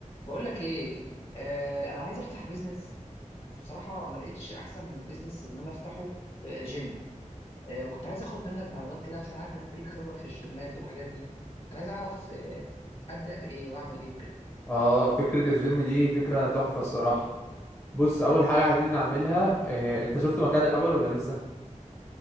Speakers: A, on the left; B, on the left.
A: بقول لك ايه آه انا عايز افتح بيزنس والصراحه ما لقيتش احسن من بيزنس ان انا افتحه آه، جيم آه وكنت عايز اخد منك معلومات كده عشان عارف ان انت ليك خبره في الجيمات والحاجات دي كنت عايز اعرف آه، ابدا بايه واعمل ايه وكده
B: اه فكرة الجيم دي فكرة تحفة الصراحة بص اول حاجة
A: مم.
B: عايزين نعملها إيه انت شفت مكان الاول ولا لسه